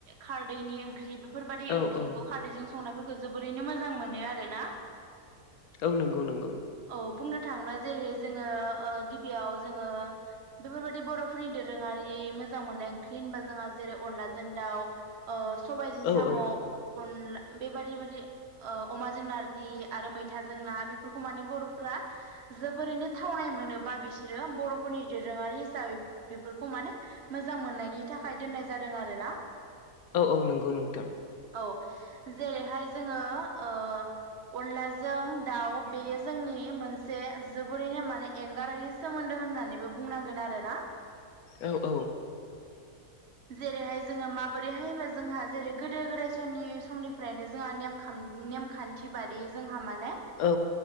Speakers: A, on the right (about 50°); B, on the left (about 80°).
A: खारदैनि ओंख्रि बेफोरबादि
B: औ
A: ओंख्रिखौ
B: औ
A: खारदैजों संनायफोरखौ जोबोरैनो मोजां मोनो आरोना।
B: औ नंगौ नंगौ।
A: औ बुंनो थाङोब्ला जेरै जोङो ओ गिबियाव जोङो बेफोरबायाददि बर'फोरनि दोरोङारि मोजां मोननाय ओंख्रि होनबा जोंहा जेरै अनलाजों दाउ ओ सबायाइजों
B: औ
A: साम'
B: औ
A: अनला बेबायदि बायदि ओ अमा जों नारजि आरो मैथााजों ना बेफोरखौ माने बर'फोरा आ जोबोरैनो थावनाय मोनोबा बिसोरो बर'फोरनि दोरोङारि हिसाबै बेफोरखौ माने मोजां मोननायनि थाखाय दोननाय जादों आरो ना।
B: औ औ नंगौ नोंथां।
A: औ जेरैहाय जोङो ओ अनलाजों दाउ बेयो जोंनि मोनसे जोबोरैनो माने एंगारहै सोमोन्दो। होननानैबो बुंनांगोन आरोना
B: औ औ
A: जेरैहाय जोङो माबोरैहायबा जोंहा जेरै गोदो गोदाय समनि समनिफ्रायनो जोंहा नेमखाम नेमखान्थि बादि जोंहा मा ने
B: औ